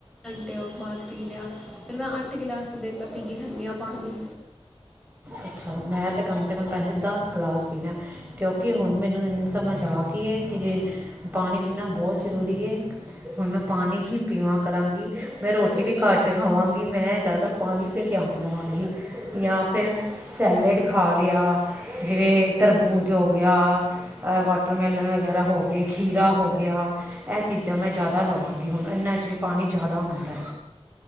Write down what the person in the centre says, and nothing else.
ਘੰਟੇ ਬਾਅਦ ਪੀ ਲਿਆ, ਫਿਰ ਮੈਂ ਅੱਠ ਗਲਾਸ ਦਿਨ ਦਾ ਪੀ ਲੈਂਦੀ ਹਾਂ ਪਾਣੀ।